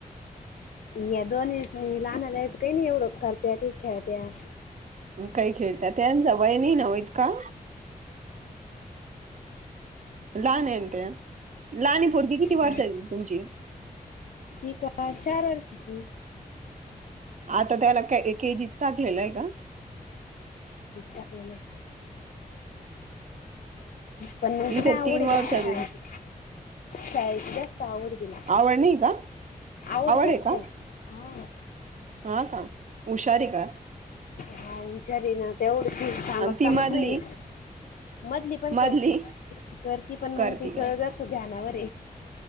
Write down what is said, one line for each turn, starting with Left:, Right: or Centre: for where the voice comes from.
Left: या. दोन्ही लहनालायच काही नाही एवढं करत्या काही खेळत्या.
Right: काही खेळता त्यांच वय नाय ना वो ईतका. लहानयना त्या लहान आहे पुरगी किती
Left: हा
Right: वर्षाचीय तुमची.
Left: ती का चार वर्षाची.
Right: आता त्याला के केजीत टाकलेलंय का.
Left: टाकलेलय. पण तीले
Right: इथं
Left: आवडय
Right: तीन वर्षाच
Left: जास्त शाळेची शाळेत. जास्त आवडय तिला
Right: आवड नाही का?
Left: आवड जास्तय
Right: आहे का?
Left: हा.
Right: हा का हुशारी का.
Left: हा हुशारी ना त्यावरी सांगत
Right: आणि ती
Left: कामच
Right: मधली
Left: नाहीे. मधली पण
Right: मधली
Left: करती करती पण मग
Right: करती
Left: त
Right: का
Left: च जरास ध्यानावर.